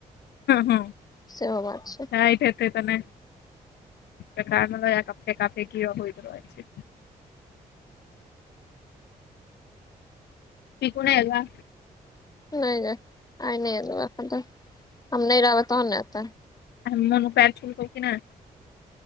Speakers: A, on the left; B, on the left.
A: ने।
B: सेहो बात छै।
A: टाइट हेतै त नै, बेकार में ल जाक फेका -फेकी होइत रहै छै। चिकू नै एले।
B: नै नै आय नै एलौ एखन तक हम नै रहबै तहन ने एतै।
A: आइहन मोनू पैर छुलकउ कि नै?